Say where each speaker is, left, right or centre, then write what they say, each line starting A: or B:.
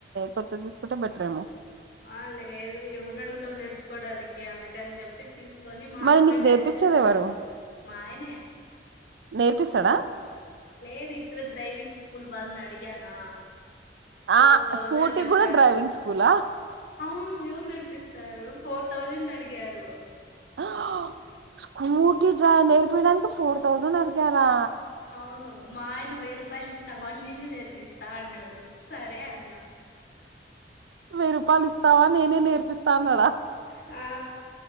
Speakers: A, on the right (about 80°); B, on the left (about 60°).
A: కొత్తది తీసుకుంటే బెటరెమో
B: ఆ లేదు ఎవరుని అడుగుతాం నేర్చుకోవడానికి అందుకని చెప్పి తీసుకు కొని మా
A: మరి
B: హస్బెండ్
A: నీకు నేర్పించేది
B: నేర్పిస్తాన్నాడు
A: ఎవరు
B: మా ఆయనే
A: నేర్పిస్తాడా
B: లేదు ఇక్కడ డ్రైవింగ్ స్కూల్ వాళ్ళని అడిగానా ఫోర్
A: ఆ
B: థౌజండ్
A: స్కూటీ
B: చెప్పారు
A: కూడా డ్రైవింగ్ స్కూలా
B: అవును ఎవరు నేర్పిస్తారు ఫోర్ థౌజండ్ అడిగారు
A: హా స్కూటీ డై నేర్పియడానికి ఫోర్ థౌజండ్ అడిగారా
B: అవును మా ఆయన వెయ్యి రూపాయలు ఇస్తావ నేనే నేర్పిస్తా అన్నాడు సరే అన్నా
A: వెయ్యి రూపాయలు ఇస్తావా నేనే నేర్పిస్తాన్నాడా
B: ఆ